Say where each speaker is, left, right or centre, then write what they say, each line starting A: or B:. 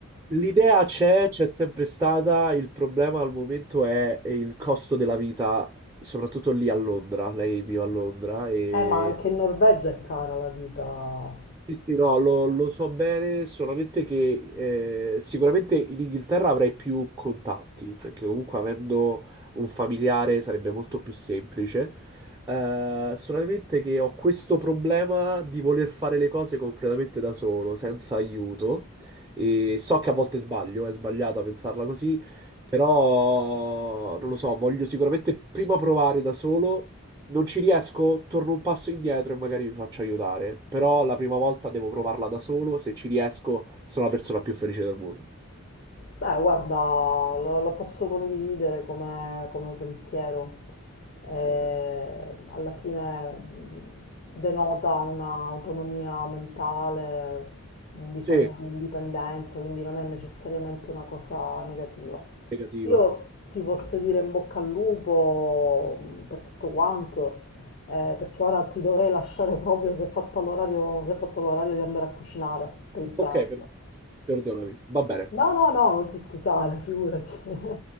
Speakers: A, on the right; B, on the left.
A: L'idea c'è, c'è sempre stata, il problema al momento è, è il costo della vita, soprattutto lì a Londra. Lei vive a Londra e
B: Eh, ma anche in Norvegia è cara la vita.
A: Sì, sì, no, lo, lo so bene, solamente che eh, sicuramente in Inghilterra avrei più contatti, perché comunque avendo un familiare sarebbe molto più semplice. Eh, solamente che ho questo problema di voler fare le cose completamente da solo, senza aiuto. E so che a volte sbaglio, è sbagliato a pensarla così, però non lo so, voglio sicuramente prima provare da solo non ci riesco, torno un passo indietro e magari mi faccio aiutare. Però la prima volta devo provarla da solo. Se ci riesco, sono la persona più felice del mondo.
B: Beh, guarda, lo, lo posso condividere come, come pensiero. Eh,
A: Bene.
B: alla fine mh, denota un'autonomia mentale, un bisogno
A: Sì,
B: di indipendenza, quindi non è necessariamente una cosa negativa.
A: negativa.
B: Io ti posso dire in bocca al lupo mh, per tutto quanto, eh, perché ora ti dovrei lasciare proprio se è fatto l'orario, se è fatto l'orario di andare a cucinare per il pranzo.
A: Ok, per- perdonami. Va bene.
B: No, no, no, non ti scusare, figurati. <laughs>